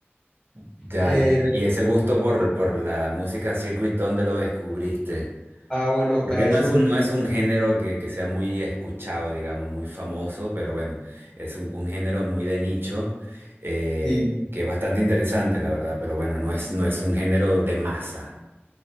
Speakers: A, on the right; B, on the left.
A: Ya,
B: Eh,
A: ya. ya. ¿Y ese gusto por, por la música circuit, dónde lo descubriste?
B: ah, bueno,
A: Porque
B: a
A: no
B: eso
A: es
B: voy.
A: un, no es un género que, que sea muy escuchado, digamos, muy famoso, pero bueno, es un, un género muy de nicho, eh,
B: Sí.
A: que es bastante interesante, la verdad, pero bueno, no es, no es un género de masa.